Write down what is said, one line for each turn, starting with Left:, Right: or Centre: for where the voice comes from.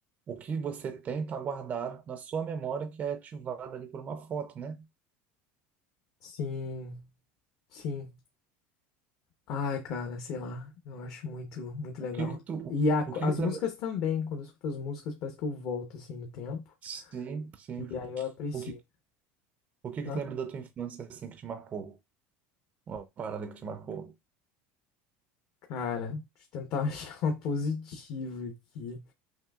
Right: O que você tem está guardado na sua memória, que é ativada ali por uma foto, né?
Left: Sim, sim. Ai, cara, sei lá. Eu acho muito, muito legal.
Right: O que que tu,
Left: E a-
Right: o que
Left: as
Right: que tu
Left: músicas
Right: lembra?
Left: também, quando eu escuto as músicas, parece que eu volto assim no tempo.
Right: Sim, sim.
Left: E aí eu aprecio.
Right: O que, o que que
Left: Ah,
Right: tu lembra da tua infância assim que te marcou? Uma parada que te marcou?
Left: cara, deixa eu tentar <laughs> achar uma positiva aqui.